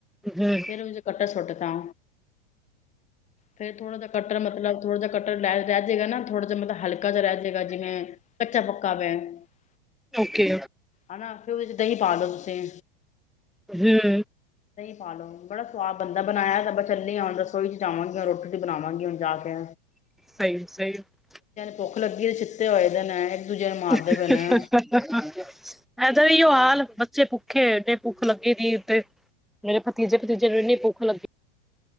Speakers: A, in the centre; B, on the left.
A: ਹਮ
B: ਫੇਿਰ ਉਹਨ ਚ ਕੱਟਾ ਸੁੱਟ ਤਾ ਫੇਰ ਥੋੜਾ ਜ ਕਟਰ ਮਤਲਬ ਥੋੜਾ ਜ ਕੱਟਰ ਲੈ ਰਹਿ ਗਾ ਨਾ ਥੋੜਾ ਜਿ ਮਤਲਬ ਹਲਕਾ ਜਹਾਹਿ ਜਾਏਗਾ ਜਿਵੇ ਕੱਚਾ <unintelligible>
A: ਓਕੇ
B: ਹਨਾ ਦਹੀਂ ਪਾ ਲੋਓ ਤੁਸੀਂ
A: ਹਮ
B: ਪਾਾਲਓ ਬੜਾ ਸਵਾਦ ਬੰਦਾ ਬਣਾਇਆ ਤਾਂ ਚੱਲੀ ਹੁਣ ਰਸੋਈ ਚ ਜਾਵਾਂਗੀ ਰੋਟੀ ਚ ਬਣਾਵਾਂਗੀ ਹੁਣ ਜਾ ਕੇ
A: <unintelligible>
B: <unintelligible> <unintelligible>
A: <unintelligible>
B: ਪਏ ਨੇ ਹੋਰ
A: ਭੁੱਖੇ ਤੇ ਭੁੱਖ ਲਗੇਗੀ ਫੇਰ ਮੇਰੇ ਭਤੀਜੇ ਭਤੀਜੇ ਨੂੰ ਇੰਨੀ ਭੁੱਖ ਲੱਗੀ